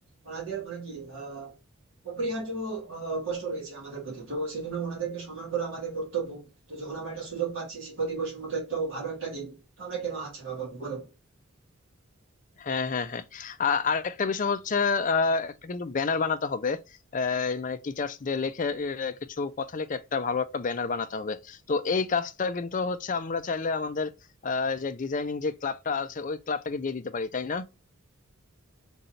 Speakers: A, on the right; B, on the left.
A: ওনাদের মানে কি আহ অপরিহার্য আহ, কষ্ট রয়েছে আমাদের প্রতি তো সেই জন্য ওনাদেরকে সম্মান করা আমাদের কর্তব্য তো যখন আমরা একটা সুযোগ পাচ্ছি শিক্ষক দিবসের মতো একটা ভালো একটা দিন তো আমরা কেন হাতছাড়া করবো বলো
B: হ্যাঁ হ্যাঁ হ্যাঁ আ- আর একটা বিষয় হচ্ছে আহ, একটা কিন্তু ব্যানার বানাতে হবে আহ, মানে টিচার্স ডে লিখে আহ, কিছু কথা লিখে একটা ভালো একটা ব্যানার বানাতে হবে তো এই কাজটা কিন্তু হচ্ছে আমরা চাইলে আমাদের আহ, যে ডিজাইনিং যে ক্লাবটা আছে ওই ক্লাবটাকে দিয়ে দিতে পারি তাই না